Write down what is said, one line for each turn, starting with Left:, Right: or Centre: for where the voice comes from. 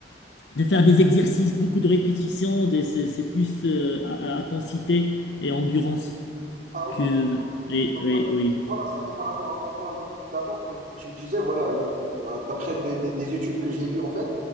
Left: de faire des exercices, beaucoup de répétitions. des- C'est c'est plus euh, a- a- intensité et endurance
Right: Ah, ok.
Left: que...
Right: Donc,
Left: Oui,
Right: donc,
Left: oui,
Right: vo-
Left: oui.
Right: voilà, c'est c'est par rapport à ton point d'abord que, que tu me disais, voilà, euh, bah, d'après des, des- des études que j'ai lues en fait